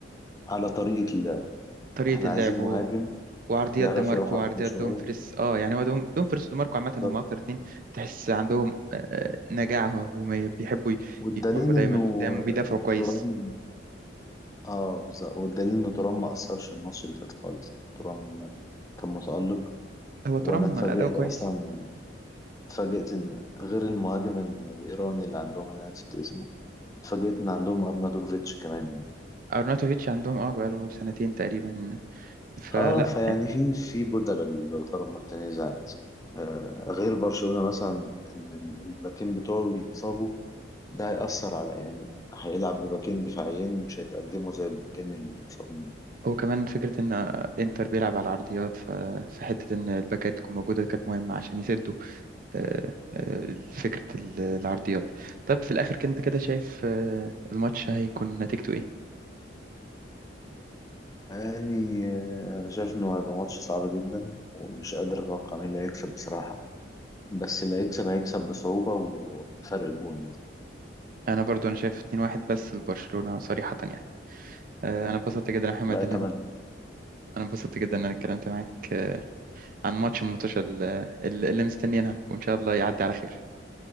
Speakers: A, on the left (about 20°); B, on the right (about 45°).
A: على طريقة اللعب
B: طريقه
A: احنا
B: اللعب
A: عايزين مهاجم
B: و... وعرضيات
A: يعرف
B: دي ماركو
A: يقف على
B: وعرضيات
A: الكورة شوية
B: دومفريس اه يعني هو دوم... دومفريس ودي ماركو عامه هم
A: بالظبط
B: اكتر اتنين تحس عندهم آه، نجاعه هجوميه بيحبوا ي-
A: والدليل
B: يروحوا دايما
A: انه
B: قدام وبيدافعوا كويس
A: ترام اه بالظبط والدليل انه ترام ما اثرش الماتش اللي فات خالص يعني ترام كان متألق
B: هو ترام
A: وانا اتفاجئت
B: اداؤه كويس
A: اصلا اتفاجئت ان غير المهاجم ال- الايراني اللي عندهم انا نسيت اسمه فاجئتنا عندهم ارنادوفيتش كمان
B: ارناتوفيتش عندهم اه بقاله سنتين تقريبا فلا
A: اه فيعني في في بدل لوتارو مارتينيز عادي آه غير برشلونة مثلا ان ال- الباكين بتوعه يتصابوا ده هيأثر على يعني هيلعب بباكين دفاعيين مش هيتقدموا زي الباكين المصابين
B: هو كمان فكرة إن إنتر بيلعب على العرضيات ف- فحتة إن الباكات تكون موجودة كانت مهمة عشان يسدوا آه، آه، فكرة ال- العرضيات طب في الآخر كنت كده شايف آه، الماتش هيكون نتيجته إيه؟
A: يعني آه انا شايف انه هيبقى ماتش صعب جدا ومش قادر اتوقع مين اللي هيكسب بصراحة بس اللي هيكسب هيكسب بصعوبة وفرق جون
B: أنا برضو أنا شايف 2-1 بس لبرشلونة صريحة يعني آه، أنا اتبسطت جدا يا محمد
A: لا اتمنى
B: إن أنا أنا اتبسطت جدا إن أنا اتكلمت معاك آه، عن ماتش الماتش اللي مستنيينها وإن شاء الله يعدي على خير